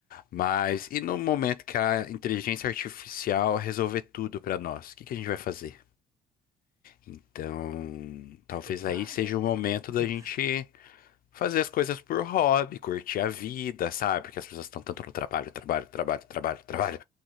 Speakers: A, on the left; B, on the right.
A: Mas e no momento que a inteligência artificial resolver tudo para nós, o que que a gente vai fazer? Então, talvez
B: pesado,
A: aí seja
B: hein?
A: o momento
B: <laughs>
A: da gente fazer as coisas por hobby, curtir a vida, sabe? Porque as pessoas estão tanto no trabalho, trabalho, trabalho, trabalho, trabalho.